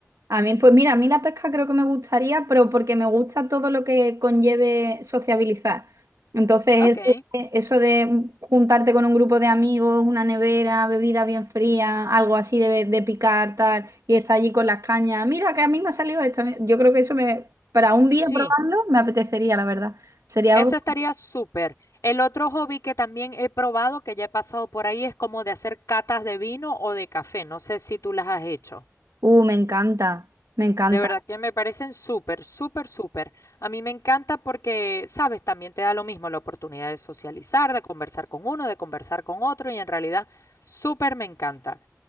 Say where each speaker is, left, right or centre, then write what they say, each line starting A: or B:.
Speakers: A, on the right; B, on the left.
A: A mí, pues mira, a mí la pesca creo que me gustaría, pero porque me gusta todo lo que conlleve sociabilizar. Entonces,
B: Ok,
A: eso de, eso de juntarte con un grupo de amigos, una nevera, bebida bien fría, algo así de, de picar, tal, y estar allí con las cañas. Mira, que a mí me ha salido esto. Yo creo que eso me, para un
B: sí.
A: día probarlo, me apetecería, la verdad. Sería
B: Eso
A: algo.
B: estaría súper. El otro hobby que también he probado, que ya he pasado por ahí, es como de hacer catas de vino o de café. No sé si tú las has hecho.
A: Uh, me encanta, me encanta.
B: De verdad que me parecen súper, súper, súper. A mí me encanta porque, sabes, también te da lo mismo la oportunidad de socializar, de conversar con uno, de conversar con otro y en realidad súper me encanta.